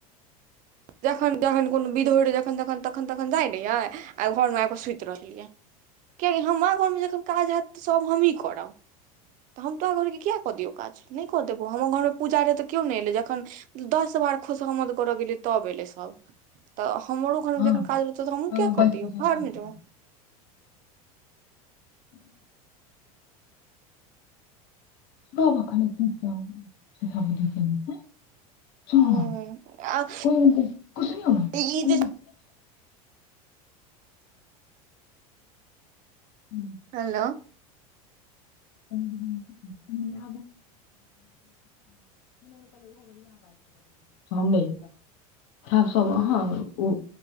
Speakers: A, on the right; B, on the left.
A: जखन जखन कोनो विध होइत रहै जखन जखन तखन तखन जाइत रह यए आ घरमे आ कऽ सुति रहलैए। कियाकि हमरा घरमे जखन काज हयत। तऽ सभ हमही करब तऽ हम तोरा घरके किया कऽ दियौ काज नहि कऽ देबौ हमर घरमे पूजा रहै तऽ केओ नहि एलै जखन दस बार खुशहमद करऽ गेलै। तऽब ए ले सब तऽ। हमर ओखमे
B: हँ
A: जन काज होतै तऽ हमहू
B: हँ
A: किया
B: बैस
A: कर दियऔ
B: कऽ सब
A: भार
B: गप
A: में जो।
B: ह्म्म <inaudible>
A: हूँ
B: <unintelligible>
A: आ ई जे
B: ह
A: हेलो।
B: <inaudible> हम नै एबो। खाऊँ सब
A: हूँ
B: अहान ओ।